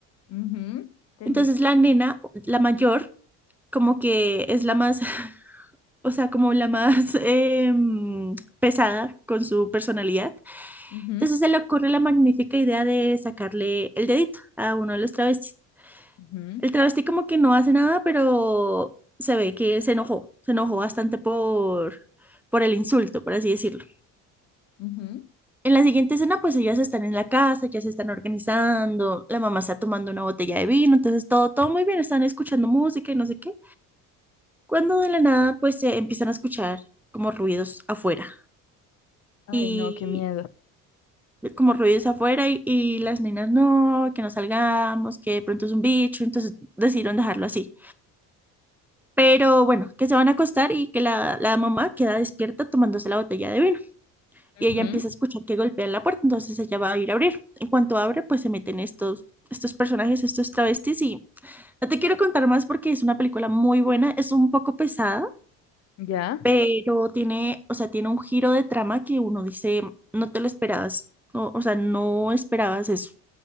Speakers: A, on the left (about 50°); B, in the centre.
A: Ujú, entendí.
B: Entonces la nena, la mayor, como que es la más, <laughs> o sea, como la más eh, pesada con su personalidad.
A: Ujú,
B: Entonces se le ocurre la magnífica idea de sacarle el dedito a uno de los travestis.
A: ujú,
B: El travesti como que no hace nada, pero se ve que se enojó, se enojó bastante por, por el insulto, por así decirlo.
A: ujú.
B: En la siguiente escena, pues ellas están en la casa, ya se están organizando, la mamá está tomando una botella de vino, entonces todo, todo muy bien, están escuchando música y no sé qué. Cuando de la nada, pues se empiezan a escuchar como ruidos afuera
A: Ay,
B: y
A: no, qué miedo.
B: como ruidos afuera y, y las nenas no, que no salgamos, que de pronto es un bicho, entonces decidieron dejarlo así. Pero bueno, que se van a acostar y que la, la mamá queda despierta tomándose la botella de vino. y
A: Ujú,
B: ella empieza a escuchar que golpean la puerta, entonces ella va a ir a abrir. En cuanto abre, pues se meten estos, estos personajes, estos travestis y no te quiero contar más porque es una película muy buena, es un poco pesada,
A: Ya,
B: pero tiene, o sea, tiene un giro de trama que uno dice, no te lo esperabas, no, o sea, no esperabas eso.